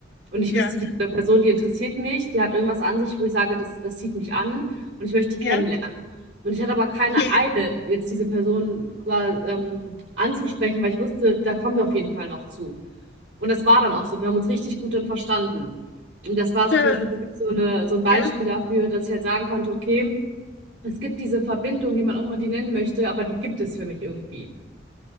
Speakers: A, on the right; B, on the left.
A: Und ich
B: Ja,
A: wüsste, diese Person, die interessiert mich, die hat irgendwas an sich, wo ich sage, das, das zieht mich an und ich möchte die
B: ja,
A: kennenlernen. Und ich hatte aber keine
B: okay,
A: Eile, jetzt diese Person quasi, ähm, anzusprechen, weil ich wusste, da kommen wir auf jeden Fall noch zu. Und das war dann auch so. Wir haben uns richtig gut dann verstanden. Und das war
B: schön.
A: so zum Beispiel so, eine, so ein Beispiel
B: Ja.
A: dafür, dass ich halt sagen konnte, okay, es gibt diese Verbindung, wie man auch immer die nennen möchte, aber die gibt es für mich irgendwie.